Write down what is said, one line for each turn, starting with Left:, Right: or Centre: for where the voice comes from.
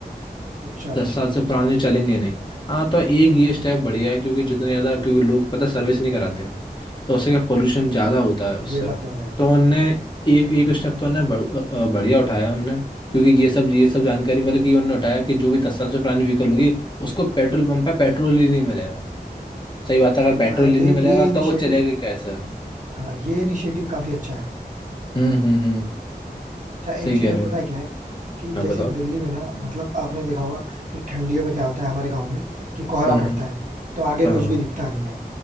Right: अच्छा अच्छा
Left: दस साल से पुराने चलेंगे नहीं हाँ तो एक ये स्टेप बढ़िया है क्योंकि जितने ज़्यादा क्योंकि लोग पता सर्विस नहीं कराते हैं तो उससे क्या पोल्यूशन ज़्यादा होता
Right: हाँ,
Left: है उससे
Right: ये बात तो है
Left: तो उनने एक एक स्टेप तो उनने बढ़- अ, बढ़िया उठाया है उनने क्योंकि ये सब ये सब जानकारी मतलब कि उनने उठाया कि जो भी दस साल से पुरानी व्हीकल होगी उसको पेट्रोल पंप पे पेट्रोल ही नहीं मिलेगा सही बात है अगर पेट्रोल
Right: हाँ ये
Left: ही नहीं
Right: ये
Left: मिलेगा
Right: इनिशिएटिव
Left: तो वो चलेगी कैसे
Right: हाँ ये इनिशिएटिव काफी अच्छा है
Left: हम्म हम्म हम्म
Right: अच्छा
Left: सही
Right: एक चीज
Left: कह
Right: और
Left: रहे
Right: पता
Left: हो
Right: है क्या है कि
Left: हाँ
Right: जैसे
Left: बताओ
Right: दिल्ली में ना मतलब आपने देखा होगा कि ठंडियों में क्या होता है हमारे गांव में कि कोहरा
Left: हम्म हम्म
Right: पड़ता है तो आगे
Left: हाँ
Right: कुछ
Left: हाँ
Right: भी दिखता नहीं है